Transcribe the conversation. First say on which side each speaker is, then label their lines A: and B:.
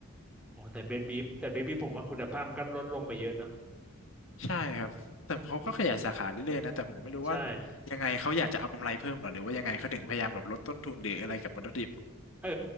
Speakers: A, in the centre; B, on the left.
A: โอ้แต่เบสบีฟแต่เบสบีฟผมว่าคุณภาพมันก็ลดลงไปเยอะเนาะ
B: ำใช่ครับแต่เขาก็ขยายสาขาเรื่อยๆนะแต่ผมไม่รู้ว่า
A: มันใช่
B: ยังไงเขาอยากจะเอากำไรเพิ่มเหรอหรือว่ายังไงเขาถึงพยายามแบบลดต้นทุนหรืออะไรกับวัตถุดิบ
A: เออ